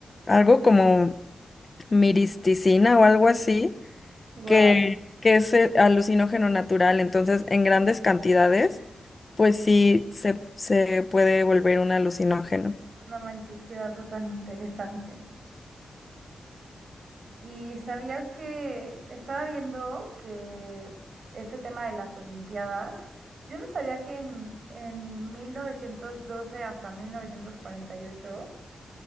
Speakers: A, on the left (about 25°); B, on the right (about 55°).
A: algo como miristicina o algo así,
B: Wow.
A: que, que es eh, alucinógeno natural, entonces en grandes cantidades, pues sí, se, se puede volver un alucinógeno.
B: no manches, qué dato tan interesante. ¿Y sabías que estaba viendo que este tema de las Olimpiadas, yo no sabía que en, en 1912 hasta 1948